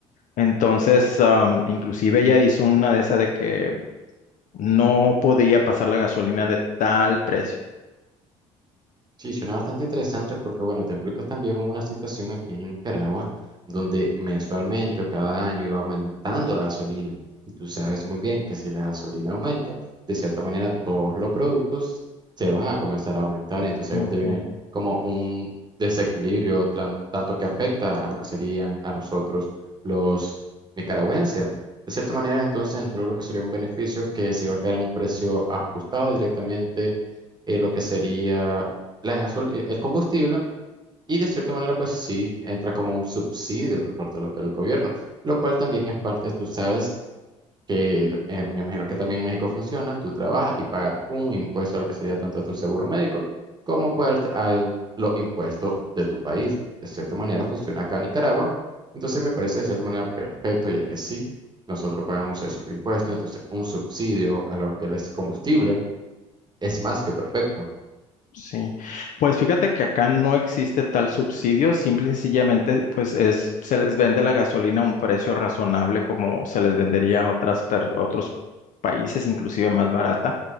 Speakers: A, on the left; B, on the right.
A: Entonces, am, inclusive ella hizo una de esas de que no podía pasar la gasolina de tal precio.
B: Sí, suena bastante interesante porque, bueno, te explico también hubo una situación aquí en Nicaragua donde mensualmente o cada año iba aumentando la gasolina. Y tú sabes muy bien que si la gasolina aumenta, de cierta manera todos los productos se van a comenzar a aumentar. Y entonces ahí
A: Ujú,
B: es donde viene como un desequilibrio tran- tanto que afecta a lo que serían a nosotros los nicaragüenses. De cierta manera, entonces entró lo que sería un beneficio que se iba a quedar a un precio ajustado directamente eh, lo que sería la gasol- eh, el combustible y de cierta manera pues sí entra como un subsidio de parte de lo que el gobierno, lo cual también es parte, tú sabes que eh, me imagino que también en México funciona, tú trabajas y pagas un impuesto a lo que sería tanto a tu seguro médico como pues al, al- los impuestos de tu país. De cierta manera funciona acá en Nicaragua, entonces me parece de cierta manera perfecto ya que sí, nosotros pagamos esos impuestos, entonces un subsidio a lo que es combustible es más que perfecto.
A: Sí, pues fíjate que acá no existe tal subsidio, simple y sencillamente, pues es, se les vende la gasolina a un precio razonable como se les vendería a otras per- a otros países, inclusive más barata.